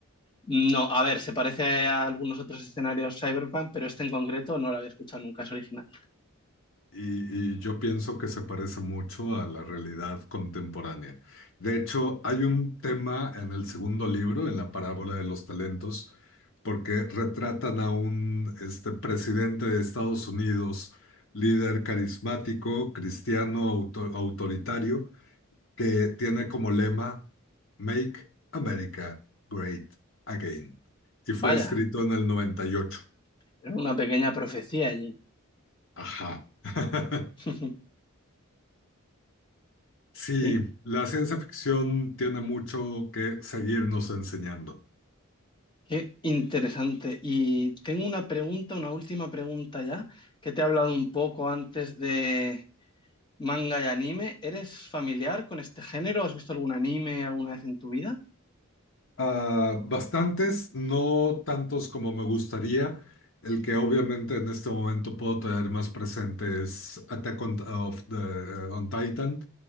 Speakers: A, on the left; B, on the left.
A: No, a ver, se parece a algunos otros escenarios Cyberpunk, pero este en concreto no lo había escuchado nunca, es original.
B: Y, y yo pienso que se parece mucho a la realidad contemporánea. De hecho, hay un tema en el segundo libro, en la parábola de los talentos, porque retratan a un este, presidente de Estados Unidos, líder carismático, cristiano, auto- autoritario, que tiene como lema Make America Great Again. Y fue
A: Vaya,
B: escrito en el noventa y ocho
A: era una pequeña profecía allí.
B: Ajá. <laughs>
A: <laughs>
B: Sí,
A: Qué,
B: la ciencia ficción tiene mucho que seguirnos enseñando.
A: qué interesante. Y tengo una pregunta, una última pregunta ya, que te he hablado un poco antes de manga y anime. ¿Eres familiar con este género? ¿Has visto algún anime alguna vez en tu vida?
B: Ah, bastantes, no tantos como me gustaría. El que obviamente en este momento puedo tener más presente es Attack on, of the- eh, on Titan,